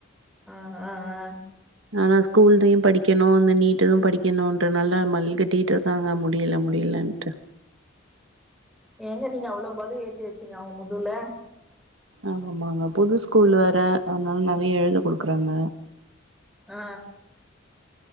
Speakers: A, in the centre; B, on the right.
A: ஆ ஆ ஆ
B: <inaudible> ஆனா ஸ்கூல் இதையு படிக்கணு இந்த நீட்டெது படிக்கணுன்றனால மல்லுகெட்டிருக்காங்க முடியல முடியலன்ட்டு
A: ஏங்க நீங்க அவுளோ பலு ஏத்தி வச்சீங்க அவன் முதுவ்ல்ல
B: ஆமாங்க புது ஸ்கூல் வேற அதுனால நெறையா எழுத குடுக்குறாங்க
A: ஆ